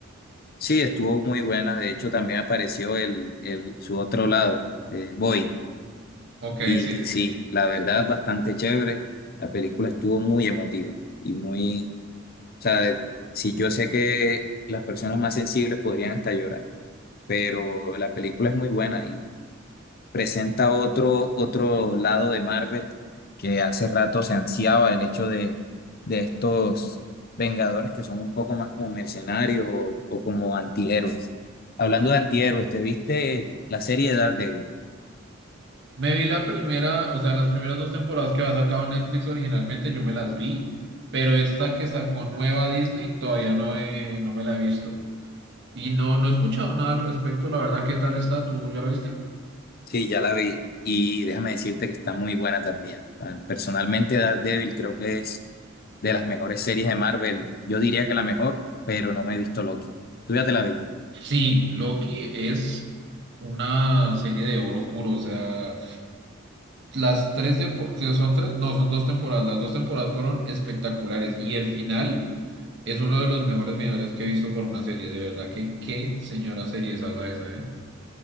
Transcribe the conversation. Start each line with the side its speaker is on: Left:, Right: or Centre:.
Left: Sí, estuvo muy buena. De hecho, también apareció el, el, su otro lado, eh, Boyd.
Right: Ok,
Left: Y
Right: sí, sí,
Left: sí,
Right: sí.
Left: la verdad, bastante chévere. La película estuvo muy emotiva y muy, o sea, de- sí, yo sé que las personas más sensibles podrían hasta llorar, pero la película es muy buena presenta otro, otro lado de Marvel que hace rato se ansiaba el hecho de, de estos Vengadores que son un poco más como mercenarios o, o como antihéroes. Hablando de antihéroes, ¿te viste la serie de Daredevil?
Right: Me vi la primera, o sea, las primeras dos temporadas que había sacado Netflix originalmente, yo me las vi, pero esta que sacó nueva Disney todavía no, he- no me la he visto. Y no, no he escuchado nada al respecto, la verdad, ¿qué tal está? ¿Tú ya la viste?
Left: Sí, ya la vi y déjame decirte que está muy buena también. Personalmente, Daredevil creo que es de las mejores series de Marvel. Yo diría que la mejor, pero no me he visto Loki. ¿Tú ya te la viste?
Right: Sí, Loki es una serie de oro puro, o sea... Las tres temporadas, son tres, no, son dos temporadas. Las dos temporadas fueron espectaculares y el final es uno de los mejores finales que he visto por una serie. De verdad que qué señora serie es esa, esa, ¿eh?